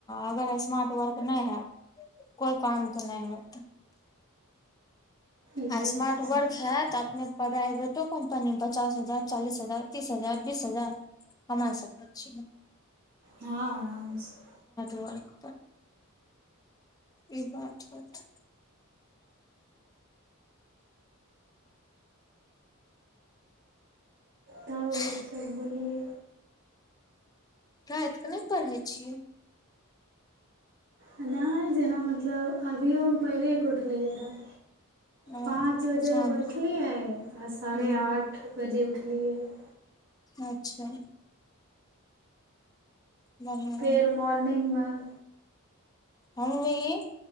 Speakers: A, on the left (about 15°); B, on the right (about 55°).
A: अगर स्मार्ट वर्क नहि हइ कोइ कामके नहि हत
B: इहो
A: आ स्मार्ट
B: छै
A: वर्क हैत त अपने प्राइवेटो कम्पनीमे पचास हजार चालीस हजार तीस हजार बीस हजार कमााय सकैत छियै
B: हँ आरामसँ
A: वर्क ई बात होतै
B: तब
A: ह
B: आओर सब बोलिै
A: रातिक कऽ नहि पढ़ै छियै
B: नहि जेना मतलब अभियो हम पैरेके उठलियै रहए
A: ओ
B: पाँच बजे
A: शाम
B: बैठलियै
A: के
B: आ साढ़े
A: ह
B: आठ बजे हुँ
A: अच्छा बढ़िया
B: फेर मॉर्निंग मे ह
A: हम भी